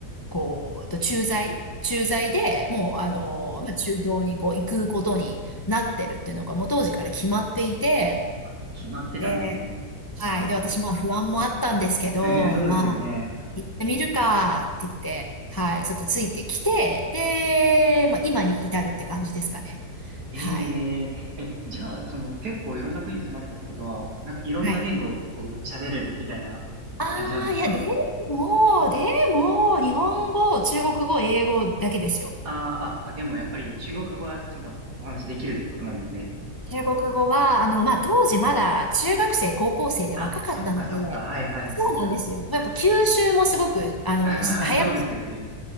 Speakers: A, on the left; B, on the right.
A: こう、と駐在、駐在でもう、あの、
B: あ
A: まあ中東にこう行くことになってるっていうのが、もう当時から決まっていて、
B: あ、あ、決まってたんですね。
A: で、
B: なるほど。
A: はい。で、私、まあ不安もあったんですけど、
B: いや、そうですよね。
A: まあ、
B: はい。
A: 行ってみるかって言って、はい。ちょっとついてきて、で、まあ今に至るって感じですかね。
B: えええ、
A: はい。
B: えじゃあ、その、結構いろんな国に住まれたってことは、なんかいろんな言語をこう喋れるみたいな感じなんですか
A: はい。ああ、いや、でも、でも、日本語、中国語、英語だけですよ。
B: ああー、あ、まあ、でもやっぱり中国語はちゃんとお話できるってことなんですね。
A: 中国語は、あの、まあ、当時まだ中学生、高校生で若かったので、
B: あ、そっかそっか。はいはいはいはい。
A: そうなんですよ。やっぱ吸収もすごく、あの、
B: <laughs> あははそうですよね。
A: 早く